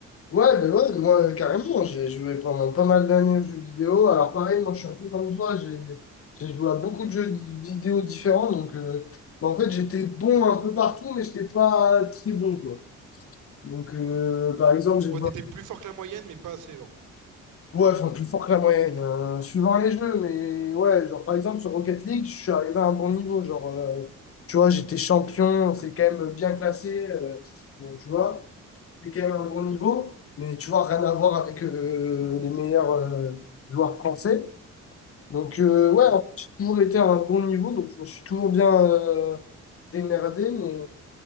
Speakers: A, on the left (about 50°); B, on the right (about 80°).
A: ouais, ben ouais, moi, carrément, j'ai joué pendant pas mal d'années aux jeux vidéo. Alors, pareil, moi, je suis un peu comme toi, j'ai j'ai joué à beaucoup de jeux di- vidéo différents. Donc, euh, bah, en fait, j'étais bon un peu partout, mais j'étais pas très bon, quoi. Donc, euh, par exemple, j'ai
B: Ouais,
A: joué
B: t'étais plus fort que la moyenne, mais pas assez, genre.
A: Ouais, enfin, plus fort que la moyenne, euh, suivant les jeux, mais ouais, genre
B: Mm.
A: par exemple sur Rocket League, je suis arrivé à un bon niveau, genre, euh, tu vois, j'étais champion, c'est quand même bien classé, euh, donc tu vois, c'est quand même un bon niveau, mais tu vois, rien à voir avec euh, les meilleurs euh, joueurs français. Donc euh,
B: Mhm,
A: ouais, en fait, j'ai toujours été à un bon niveau, donc je me suis toujours bien euh, démerdé, mais